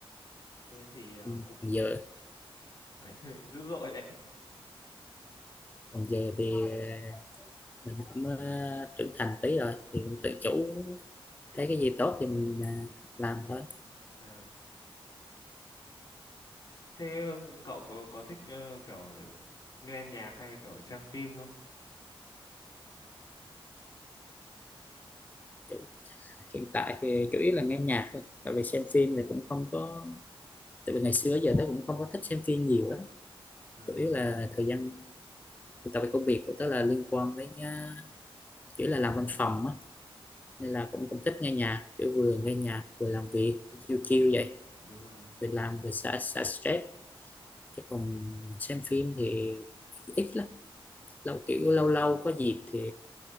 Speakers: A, on the left; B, on the left.
A: thế thì ờ,
B: Ừ,
A: cũng
B: còn giờ
A: <laughs> dữ dội đấy
B: còn giờ thì à, mình cũng ờ, trưởng thành tí rồi thì cũng tự chủ thấy cái gì tốt thì mình ờ, làm thôi
A: Ờ. Thế cậu có, có thích ờ, kiểu nghe nhạc hay kiểu xem phim không?
B: Chủ- hiện tại thì chủ yếu là nghe nhạc thôi tại vì xem phim thì cũng không có tại vì ngày xưa giờ tớ cũng không có thích xem phim nhiều lắm
A: À,
B: chủ yếu là thời gian tại vì công việc của tớ là liên quan đến ờ, chủ yếu là làm văn phòng á nên là cũng cũng thích nghe nhạc kiểu vừa nghe nhạc vừa làm việc chiêu
A: đúng
B: chiêu
A: rồi,
B: vậy
A: đúng rồi, đúng rồi.
B: vừa làm vừa xả xả stress chứ còn xem phim thì ít lắm lâu kiểu lâu lâu có dịp thì